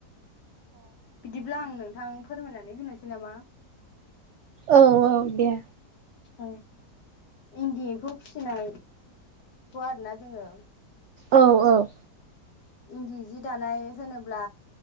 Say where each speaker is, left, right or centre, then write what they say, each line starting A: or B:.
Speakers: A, on the left; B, on the right.
A: बिदिब्ला आं नोंथां फोरमायनानै होनोसै नामा।
B: औ औ दे।
A: ओ इन्दि एम्फौ फिसिनाय हाख'वा आरो ना जोङो
B: औ औ।
A: इन्दि जि दानाय होनोब्ला